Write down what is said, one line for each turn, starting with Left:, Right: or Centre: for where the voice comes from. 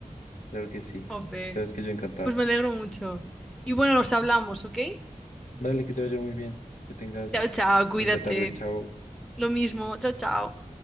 Left: Claro que sí.
Centre: Jope.
Left: Sabes que yo encantado.
Centre: Pues me alegro mucho. Y bueno, nos hablamos, ¿ok?
Left: Dale, que te vaya muy bien. Que tengas
Centre: Chao, chao, cuídate.
Left: linda tarde. Chao.
Centre: Lo mismo, chao, chao.